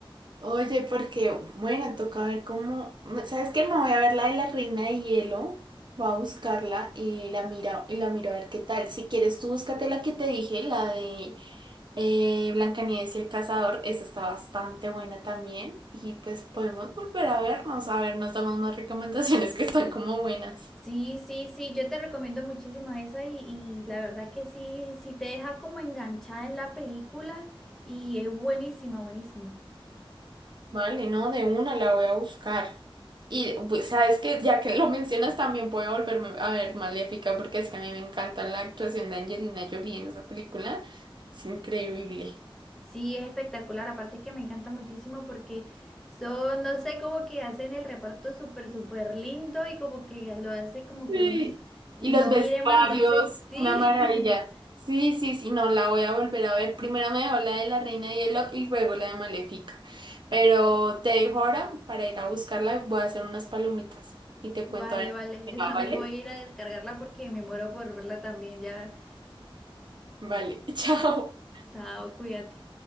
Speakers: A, on the right (about 55°); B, in the centre.
A: Oye, porque, bueno, toca ver cómo. ¿Sabes qué? Me voy a ver la de la Reina de Hielo. Voy a buscarla y la mira, y la miro a ver qué tal. Si quieres, tú búscate la que te dije, la de eh, Blancanieves y el Cazador. Esa está bastante buena también. Y pues podemos volver a vernos, a ver, nos damos más recomendaciones que están como buenas.
B: Sí, sí, sí, yo te recomiendo muchísimo esa y, y la verdad que sí, sí te deja como enganchada en la película y es buenísima, buenísima.
A: Vale, no, de una la voy a buscar. Y pues, sabes que ya que lo <laughs> mencionas también puedo volverme a ver Maléfica porque es que a mí me encanta la actuación de Angelina Jolie en esa película. Es increíble.
B: Sí, es espectacular, aparte que me encanta muchísimo porque son, no sé, como que hacen el reparto súper, súper lindo y como que ya lo hace como
A: Sí.
B: que uno es- lo
A: Y los vestuarios,
B: mire más, no sé, sí.
A: una maravilla.
B: <laughs>
A: Sí, sí, sí, no, la voy a volver a ver. Primero me veo la de la Reina de Hielo y luego la de Maléfica. Pero te dejo ahora para ir a buscarla. Voy a hacer unas palomitas y te
B: Vale,
A: cuento a ver
B: vale,
A: qué
B: yo
A: va,
B: también
A: ¿vale?
B: voy a ir a descargarla porque me muero por verla también ya.
A: Vale, <laughs> chao.
B: Chao, cuídate.